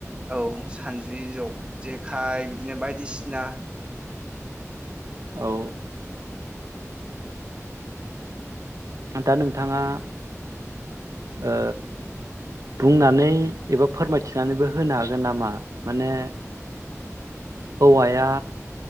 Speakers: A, on the right; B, on the right.
A: औ सानज्रि जग-जेखाइ बिदिनो बायदिसिना
B: औ दा नोंथाङा ओ बुंनानै एबा फोरमायथिनानैबो होनो हागोन नामा माने औवाया